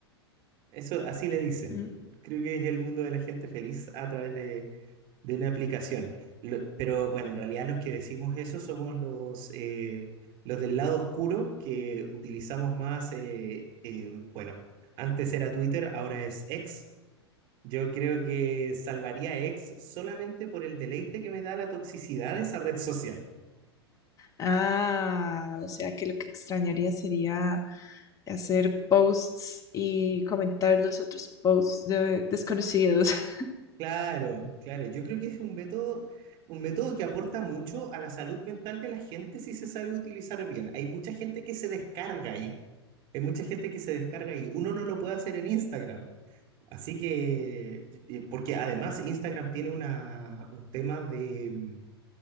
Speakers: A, on the right; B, on the left.
A: Eso así le dicen.
B: Mm.
A: Creo que es el mundo de la gente feliz a través de de una aplicación. Lo- pero bueno, en realidad los que decimos eso somos los, eh, los del lado oscuro que utilizamos más, eh, eh, bueno, antes era Twitter, ahora es X. Yo creo que salvaría a X solamente por el deleite que me da la toxicidad de esa red social.
B: Ah, o sea que lo que extrañaría sería hacer posts y comentar los otros posts de desconocidos. <laughs>
A: Claro, claro, yo creo que es un método, un método que aporta mucho a la salud mental de la gente si se sabe utilizar bien. Hay mucha gente que se descarga ahí. Hay mucha gente que se descarga ahí uno no lo puede hacer en Instagram. Así que, y- porque además Instagram tiene una, un tema de mm,